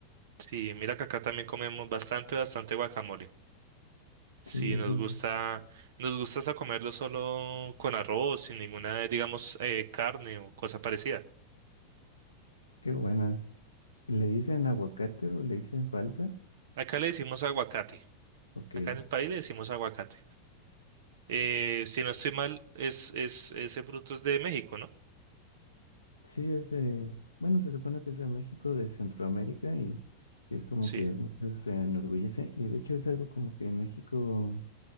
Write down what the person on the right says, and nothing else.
Sí, mira que acá también comemos bastante, bastante guacamole. Sí,
nos gusta, nos gusta hasta comerlo solo con arroz, sin ninguna, digamos, eh, carne o cosa parecida.
Acá le decimos aguacate.
Acá en el país le decimos aguacate. Eh, si no estoy mal, es, es, ese fruto es de México, ¿no?
Sí,